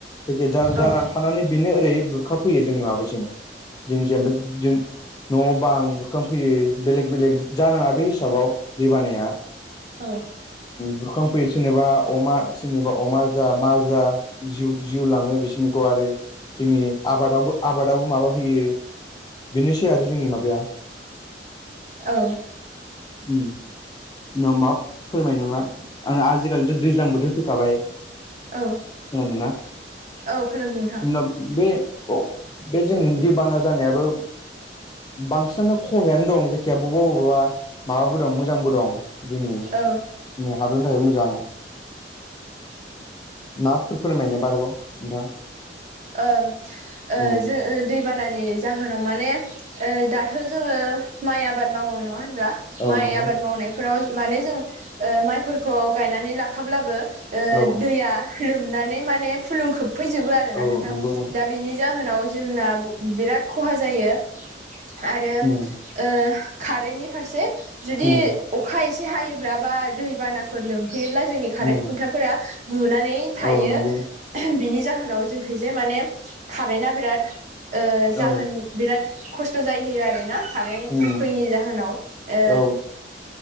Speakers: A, on the left; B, on the right.
A: जायखिया ज जानानानै
B: औ
A: थानानै बेनो ओरै बुरखफैयो जोंनिहाबो जों जों जेनेबा जों न'बां आं बुरखां फैयो बेलेग बेलेग जानाङा बे हिसाबाव दैबानाया।
B: औ।
A: बुरखांफैयो सोरेननोबा अमा सोरनिबा अमा जा मा जा जिउ जिउ लाङो बिसनिखौ आरो। जोंनि आबादावबो आबादावबो माबा होयो। बेनोसै आरो जोंनि माबाया।
B: औ।
A: ओ। न मा फोरमाय नङा आं आजिखालिथ' दैज्लां बोथोर फैखाबाय।
B: औ औ
A: खोनादोंना
B: खोनादों नोंथां।
A: उनाव बे बे जों दैबाना जानायाबो बांसिनानो सहायानो दं जायखिजाया बबेबा बबेबा माबाबो दं मोजांबो दं जोंनि।
B: औ
A: जोंनि हादरनि थाखाय मोजां। माफोर फोरमायनो मारबाव नोंथाङा?
B: ओ ओ
A: उम
B: जों दै। दैबानानि जाहोनाव। माने दाथ' जोङो माइ आबाद मावो नङा होनब्ला।
A: औ
B: माइ
A: नंगौ
B: आबाद मावनायफोराव माने जों माइफोरखौ गायनानै लाखाब्लाबो ओ
A: औ
B: दैया लोमनानै माने फुलुं खोबफैजोबो आरो ना
A: औ
B: नोंथां।
A: नंगौ
B: दा बे बिनि जाहोनाव जोंना बिराद खहा जायो। आरो
A: उम
B: ओ कारेन्टनि फारसे जुदि
A: उम
B: अखा एसे हायोब्ला, बा दैबानाफोर लोमफैयोब्ला जोंनि कारेन
A: उम
B: खुन्थाफोरा गुबुनानै थायो।
A: औ नंगौ
B: बिनि जाहोनाव बे जे माने कारेन्टा बिराद जाहोन
A: औ
B: बिराद खस्थ' जाहैयो आर ना कारेन्ट
A: उम
B: फैनि जाहोनाव। ओ
A: औ